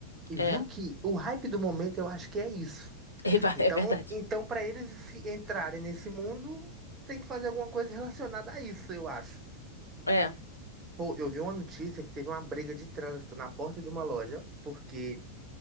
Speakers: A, on the right; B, on the left.
A: E
B: é,
A: viu
B: <laughs>
A: que o hype do momento eu acho que é isso.
B: é, va-
A: Então,
B: é verdade.
A: então para eles se entrarem nesse mundo, tem que fazer alguma coisa relacionada a isso, eu acho.
B: É.
A: Pô, eu vi uma notícia que teve uma briga de trânsito na porta de uma loja, porque